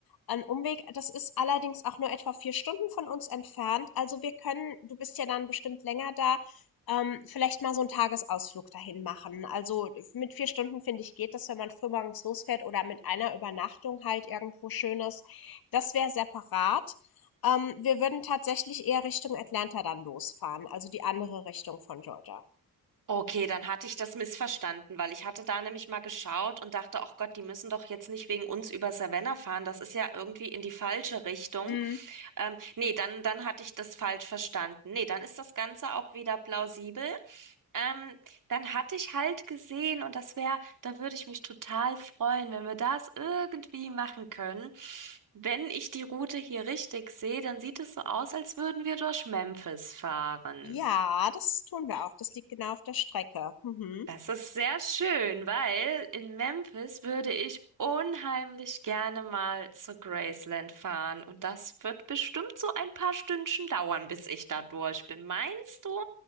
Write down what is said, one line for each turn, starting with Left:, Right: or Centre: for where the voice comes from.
Left: ein Umweg. Das ist allerdings auch nur etwa vier Stunden von uns entfernt. Also wir können, du bist ja dann bestimmt länger da, ähm, vielleicht mal so einen Tagesausflug dahin machen. Also mit vier Stunden, finde ich, geht das, wenn man frühmorgens losfährt oder mit einer Übernachtung halt irgendwo Schönes. Das wäre separat. Ähm, wir würden tatsächlich eher Richtung Atlanta dann losfahren, also die andere Richtung von Georgia.
Right: Okay, dann hatte ich das missverstanden, weil ich hatte da nämlich mal geschaut und dachte, ach Gott, die müssen doch jetzt nicht wegen uns über Savannah fahren. Das ist ja irgendwie in die falsche Richtung.
Left: Mm,
Right: Ähm, nee, dann, dann hatte ich das falsch verstanden. Nee, dann ist das Ganze auch wieder plausibel. Ähm, dann hatte ich halt gesehen und das wäre, da würde ich mich total freuen, wenn wir das irgendwie machen können. Wenn ich die Route hier richtig sehe, dann sieht es so aus, als würden wir durch Memphis fahren.
Left: Ja, das tun wir auch. Das liegt genau auf der Strecke. Mhm.
Right: Das ist sehr schön, weil in Memphis würde ich unheimlich gerne mal zu Graceland fahren. Und das wird bestimmt so ein paar Stündchen dauern, bis ich da durch bin. Meinst du,